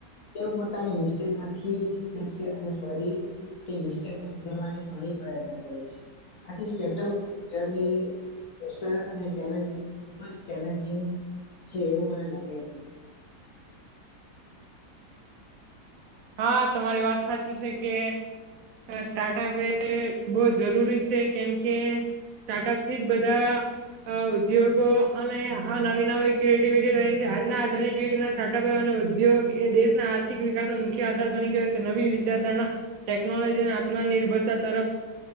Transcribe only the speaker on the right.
હા તમારી વાત સાચી છે કે સ્ટાર્ટઅપ એ બહુ જરૂરી છે કેમ કે સ્ટાર્ટઅપ થી જ બધા અ ઉદ્યોગો અને આ નવી નવી ક્રિએટિવિટી રહે છે આજના આધુનિક યુગના સ્ટાર્ટઅપ અને ઉદ્યોગ એ દેશના આર્થિક વિકાસનો મુખ્ય આધાર બની ગયો છે નવી વિચારધારણા ટેકનોલોજીને આત્મનિર્ભરતા તરફ